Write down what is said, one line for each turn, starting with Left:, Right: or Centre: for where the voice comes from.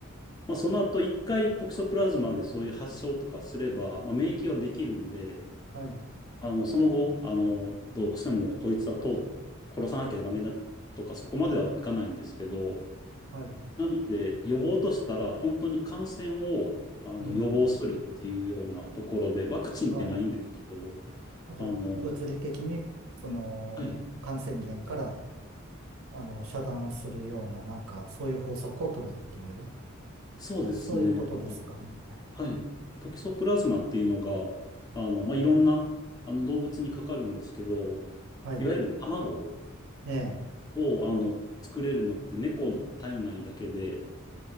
Left: まあ、その後一回トキソプラズマでそういう発症とかすれば、まあ、免疫はできるんで、
Right: はい。
Left: あのその後あのどうしてもこいつはと殺さなきゃダメだとかそこまではいかないんですけど、
Right: はい。
Left: なので予防としたら本当に感染をあの予防するっていうようなところで、
Right: うん。
Left: ワクチンってないんですけど、
Right: はい。あじゃあ、
Left: あの、
Right: 物理的に、その、
Left: はい、
Right: 感染源から、あの、遮断するような、なんか、そういう方策を取るっていう、
Left: そうですね。
Right: そういうことですかね。
Left: はい。トキソプラズマっていうのが、あの、まあ、
Right: うん
Left: いろんな、あの、動物にかかるんですけど、
Right: はい。
Left: いわゆる卵
Right: ええ。
Left: を、あの、作れるのって猫の体内だけで、